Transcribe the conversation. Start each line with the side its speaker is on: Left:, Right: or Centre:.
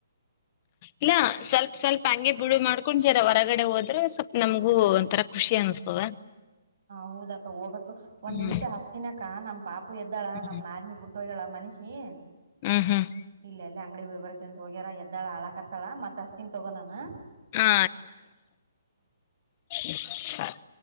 Left: ಇಲ್ಲ ಸ್ವಲ್ಪ ಸ್ವಲ್ಪ ಹಂಗೆ ಬಿಡು ಮಾಡ್ಕೊಂಡ್ ಜರ ಹೊರಗಡೆ ಹೋದ್ರೆ ಸ್ವಲ್ಪ ನಮ್ಗೂ ಒಂತರಾ ಖುಷಿ ಅನ್ಸ್ತದ
Right: ಹೌದಕ್ಕ ಹೋಗ್ಬೇಕು ಒಂದ್
Left: ಹ್ಮ್
Right: ನಿಮಿಷ ಹಸ್ತಿನಕ <unintelligible> ನಮ್ <unintelligible> ಎದ್ದಳ
Left: ಹ್ಮ್
Right: ನಾರಿನಿ ಬಿಟ್ಟೋಗಳ ಮನಿಸಿ <unintelligible>
Left: ಹ್ಮ್ ಹ್ಮ್
Right: ಇಲ್ಲ ಎಲ್ಲೋ ಅಂಗಡಿಗ್ ಹೋಗವ್ರೆ <unintelligible> ಅತ್ತಂತ ಹೋಗ್ಯಾರ ಎ್ದಳ ಆಳಾಕತ್ತಾಳ ಮತ್ ಅಸ್ತಿನ ತಗೋ ನಾನು
Left: ಹಾ <unintelligible> ಸರಿ